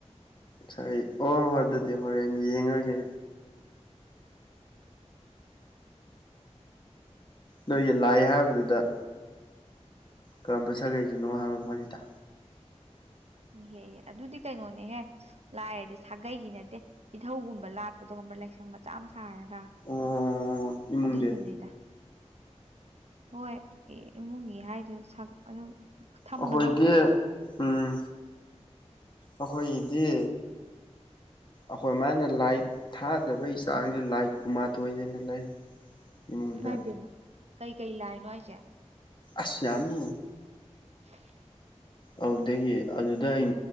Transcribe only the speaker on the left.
ꯁꯥꯒꯩ ꯑꯣ ꯍꯣꯏ ꯑꯗꯨꯗꯤ ꯍꯣꯔꯦꯟ ꯌꯦꯡꯉꯒꯦ ꯅꯣꯏꯒꯤ ꯂꯥꯏ ꯍꯥꯏꯕꯗꯨꯗ ꯀꯔꯝꯕ ꯁꯥꯒꯩꯒꯤꯅꯣ ꯍꯪꯉꯛꯄꯅꯤꯗ
ꯑꯣ ꯏꯃꯨꯡꯒꯤ
ꯑꯩꯈꯣꯏꯒꯤ ꯎꯝ ꯑꯩꯈꯣꯏꯒꯤꯗꯤ ꯑꯩꯈꯣꯏ ꯃꯥꯅ ꯂꯥꯏ ꯊꯥꯖꯕꯒꯤ ꯆꯥꯡꯁꯦ ꯂꯥꯏ ꯀꯨꯟꯃꯥꯊꯣꯏ ꯍꯥꯏꯅ ꯂꯩ ꯏꯃꯨꯡꯗ
ꯑꯁꯃꯤ
ꯑꯗꯨꯗꯒꯤ ꯑꯗꯨꯗ ꯑꯩ